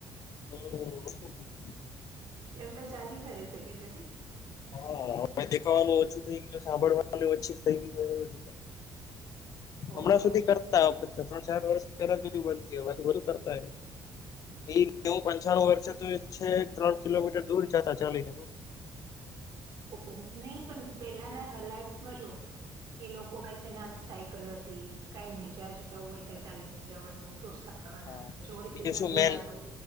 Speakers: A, on the left (about 50°); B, on the right (about 65°).
A: હમ
B: એમ તો ચાલી ફરી શકે છે રાઈટ
A: હા હવે દેખાવાનું ઓછું થઈ ગયું સાંભળવાનું ઓછી થઈ ગયું એવી રીતે
B: ઓ
A: હમણાં
B: એવું
A: સુધી કરતા
B: છે
A: ત્રણ ચાર વર્ષ પહેલા સુધી બનતી હથી વધુ કરતા હોય એ નેવું પંચાનું <unintelligible> તો છે ત્રણ કિલોમીટર દૂર જતા ચાને
B: ઓ હો નઈ પણ પેલાના લાઈફમાં જો એ લોકો પાસે ના સાયકલ હતી કાઈ ની જા જવું હોય તા ચાલી જવાનું ફ્રૂટસ ખાવાના
A: હા
B: પછી ઓરિજનલ
A: બીજું શું
B: ઘી
A: મેન
B: આવે